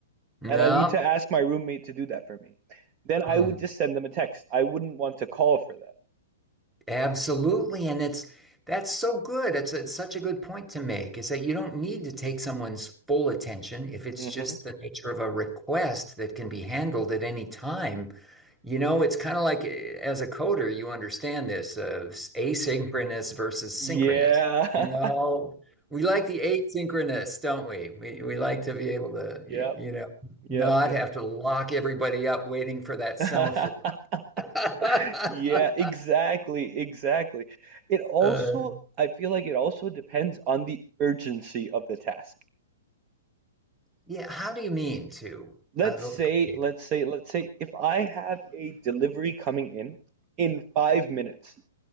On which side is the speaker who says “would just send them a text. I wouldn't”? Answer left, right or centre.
Right